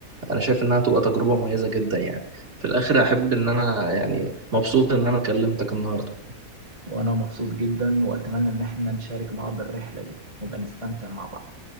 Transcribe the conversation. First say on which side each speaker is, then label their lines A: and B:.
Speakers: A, on the right; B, on the right.
A: أنا شايف إنها تبقى تجربة مميزة جدا يعني في الآخر أحب إن أنا يعني مبسوط إن أنا كلمتك النهاردة
B: وأنا مبسوط جدا وأتمنى إن احنا نشارك بعض الرحلة دي نبقى نستمتع مع بعض